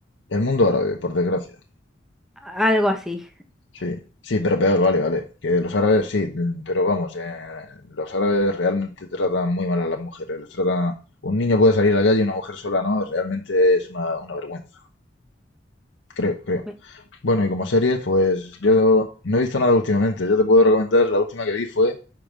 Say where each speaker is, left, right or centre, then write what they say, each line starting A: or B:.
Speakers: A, on the left (about 80°); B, in the centre.
A: el mundo árabe, por desgracia.
B: algo así.
A: Sí, sí, pero peor, vale, vale. Que los árabes sí, mm, pero vamos, eh, los árabes realmente tratan muy mal a las mujeres. Les tratan, un niño puede salir a la calle y una mujer sola no, realmente es una, una vergüenza. creo, creo.
B: Me-
A: Bueno, y como series, pues yo no he visto nada últimamente. Yo te puedo recomendar, la última que vi fue